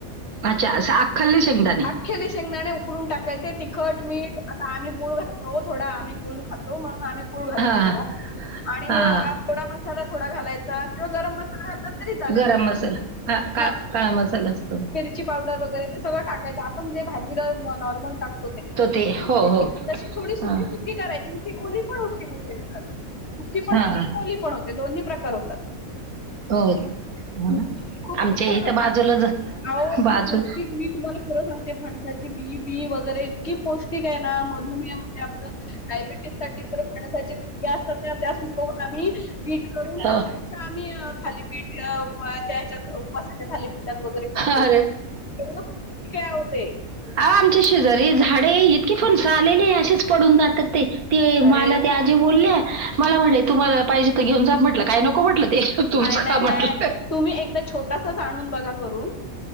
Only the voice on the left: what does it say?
अख्याले शेंगदाणे उकडून टाकायचे तिखट मीठ आता आम्ही गुळ घाातो थोडा आम्ही गुळ खातो. तो म्हणून आम्ही कूळ घातलतो
थोडा आणि
आोडा मसाला थोडा घालायच. किंवा गरम मसा हात तरी चालेल
मि.
ची पावडर वगैरे ते सगं टाकायच आपणे भाजीला नॉर्मल टाकतो. तशी
थोडी सुकीी
सुखी करायची ती ओली पण होते. सुकी पण
होते, पण होते दोन्ही प्रकार होतात.
खूप
छान
असते
मी
तुम्हाला खरं सांग. फणसाची बी बी वगैरे इतकी पौष्टिक आहे ना मधुमेह म्हणजे आप डायबेटीस. णसात त्या सुको आम्ही पीठ करून
त्या. आम्ही थालीपीठ त्याच्या. अस त्या खालीात वगैरे तेढ
खूप काे होते.
अरे
बापरे
नाही नाही
नाही तुम्ही एकदा छोटासाच आणून बघा करून.